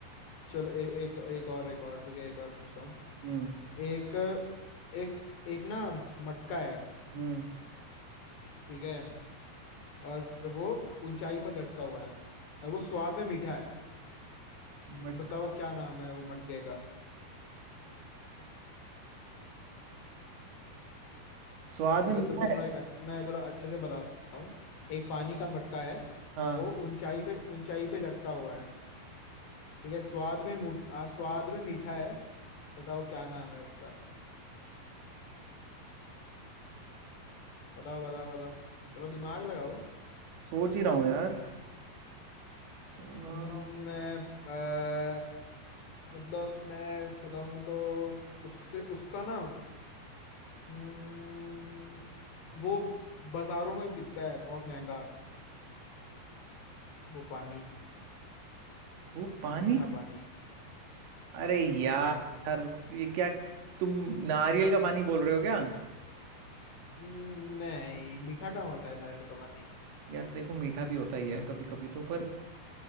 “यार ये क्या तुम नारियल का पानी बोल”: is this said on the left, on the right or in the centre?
Right